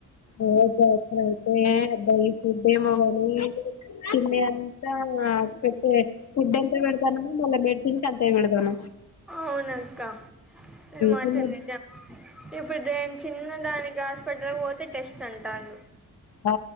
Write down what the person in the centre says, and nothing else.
అవునక్క ఇది మాత్రం
నిజం ఇప్పుడు దేం చిన్న దాని హస్ పటల్ పోతే టెస్ట్ అంటాలు